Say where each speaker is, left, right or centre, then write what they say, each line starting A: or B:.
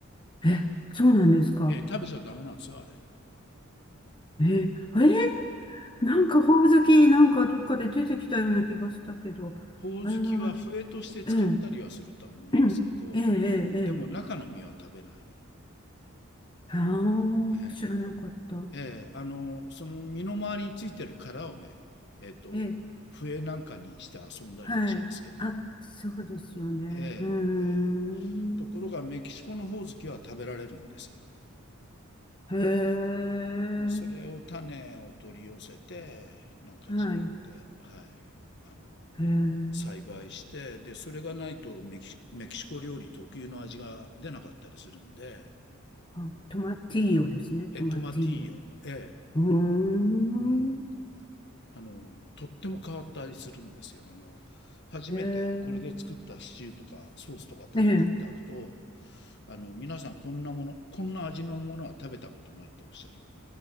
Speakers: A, on the left; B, on the left.
A: え、そうなんですか。
B: ええ、食べちゃダメなんですよ、あれ。
A: えー、えなんかほおずき、なんかどっかで出てきたような気がしたけど、
B: ほおずきは笛として使ったりはするとは思いますけど、
A: あれは、ええ、<clears throat> ええ、ええ、ええ
B: でも中の実は食べない。
A: ああ、
B: え
A: 知らなかった。
B: え、ええ、あの、その身の周りについてる殻をね、えっと、
A: ええ、
B: 笛なんかにして遊んだりはしますけど、
A: はい。あ、そうですよね。
B: ええ、
A: うーん。
B: ええ。ところがメキシコのほおずきは食べられるんです。
A: へえ、
B: それを種を取り寄せて、なんか自分で、
A: はい。
B: はい、あの、
A: へえ、
B: 栽培して、で、それがないとメキシ、メキシコ料理特有の味が出なかったりするんで、
A: あ、トマティーヨですね、
B: え、
A: トマティーヨ。
B: トマティーヨ。え
A: うーん。
B: えうん。え、あの、とっても変わった味するんですよ。あの、初めてこれで作ったシチューとかソースとか食べていただくと、
A: へえ、うんええ、
B: あの、皆さんこんなもの、こんな味のものは食べたことないっておっしゃる。